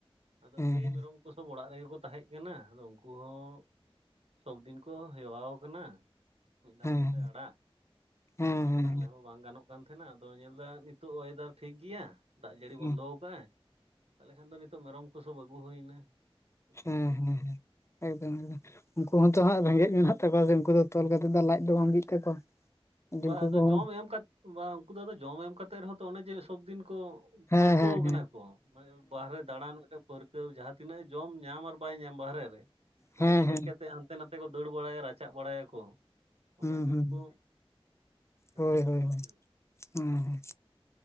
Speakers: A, on the right (about 85°); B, on the left (about 25°).
A: ᱟᱫᱚ
B: ᱦᱮᱸ
A: ᱜᱟᱹᱭ
B: ᱦᱮᱸ
A: ᱢᱮᱨᱚᱢ ᱚᱲᱟᱜ ᱨᱮᱜᱮ ᱠᱚ ᱛᱟᱦᱮᱸᱜ ᱠᱟᱱᱟ ᱟᱫᱚ ᱩᱝᱠᱩ ᱦᱚᱸ ᱥᱚᱵ ᱫᱤᱱ ᱠᱚ ᱦᱮᱣᱟᱣ ᱠᱟᱱᱟ᱾ ᱢᱤᱫ ᱫᱷᱟᱣ ᱠᱟᱛᱮᱫ
B: ᱦᱮᱸ
A: ᱟᱲᱟᱜ, ᱟᱫᱚ
B: ᱦᱮᱸ
A: ᱵᱟᱝ
B: ᱦᱮᱸ
A: ᱟᱲᱟᱜ ᱞᱮᱦᱚᱸ ᱵᱟᱝ ᱜᱟᱱᱚᱜ ᱠᱟᱱ ᱛᱟᱦᱮᱱᱟ ᱟᱫᱚ ᱧᱮᱞᱫᱟ ᱱᱤᱛ ᱛᱚ, ᱚᱭᱮᱫᱟᱨ ᱴᱷᱤᱠ ᱜᱮᱭᱟ ᱫᱟᱜ ᱡᱟᱹᱲᱤ
B: ᱦᱮᱸ
A: ᱵᱚᱱᱫᱚ ᱠᱟᱜ-ᱟᱭ ᱛᱟᱦᱞᱮ ᱠᱷᱟᱱ ᱫᱚ ᱱᱤᱛᱚᱜ ᱢᱮᱨᱚᱢ ᱠᱚ ᱥᱚᱵ ᱟᱹᱜᱩ ᱦᱩᱭᱱᱟ᱾
B: ᱦᱮᱸ
A: ᱠᱷᱮᱛ ᱵᱟᱹᱫᱽ
B: ᱦᱮᱸ ᱦᱮᱸ,
A: ᱥᱮᱫ
B: ᱮᱠᱫᱚᱢ ᱮᱠᱫᱚᱢ᱾ ᱩᱱᱠᱩ ᱦᱚᱸᱛᱚ ᱦᱟᱜ ᱨᱮᱸᱜᱮᱡ ᱢᱮᱱᱟᱜ ᱛᱟᱠᱚᱣᱟ ᱥᱮ ᱩᱱᱠᱩ ᱫᱚ ᱛᱚᱞ ᱠᱟᱛᱮᱜ ᱫᱚ ᱞᱟᱡ ᱫᱚ ᱵᱟᱝ ᱵᱤᱜ ᱛᱟᱠᱚᱣᱟ᱾
A: ᱵᱟ
B: ᱩᱱᱠᱩ
A: ᱟᱫᱚ
B: ᱠᱚᱦᱚᱸ
A: ᱡᱚᱢ ᱮᱢ ᱠᱟᱫ, ᱵᱟ ᱩᱱᱠᱩ ᱫᱚ ᱟᱫᱚ ᱡᱚᱢ ᱮᱢ ᱠᱟᱛᱮᱫ ᱨᱮᱦᱚᱸ ᱛᱚ ᱚᱱᱮ ᱡᱮ ᱥᱚᱵᱫᱤᱱ ᱠᱚ
B: ᱦᱮᱸ
A: ᱯᱟᱹᱨᱠᱟᱹᱣ
B: ᱦᱮᱸ
A: ᱠᱟᱱᱟ
B: ᱦᱮᱸ
A: ᱠᱚ ᱢᱟᱱᱮ ᱵᱟᱨᱦᱮ ᱫᱟᱬᱟᱱ, ᱯᱟᱹᱨᱠᱟᱹᱣ ᱡᱟᱦᱟᱸ ᱛᱤᱱᱟᱹᱜ ᱡᱚᱢ ᱧᱟᱢ ᱟᱨ ᱵᱟᱭ ᱧᱟᱢ ᱵᱟᱦᱨᱮ ᱨᱮ, ᱚᱱᱮ
B: ᱦᱮᱸ
A: ᱡᱮ
B: ᱦᱮᱸ
A: ᱦᱮᱡ
B: ᱦᱮᱸ ᱦᱮᱸ
A: ᱠᱟᱛᱮ ᱦᱟᱱᱛᱮ ᱱᱟᱛᱮ ᱛᱮᱠᱚ ᱫᱟᱹᱲ ᱵᱟᱲᱟᱭᱟ ᱨᱟᱪᱟᱜ ᱵᱟᱲᱟᱭᱟᱠᱚ ᱚᱱᱟ
B: ᱦᱩᱸ
A: ᱜᱮ
B: ᱦᱩᱸ
A: ᱩᱱᱠᱩ
B: ᱦᱳᱭ
A: ᱴᱷᱤᱠ
B: ᱦᱳᱭ ᱦᱳᱭ
A: ᱠᱚ ᱵᱩᱡᱷᱟᱹᱣᱟ
B: ᱦᱮᱸ ᱦᱮᱸ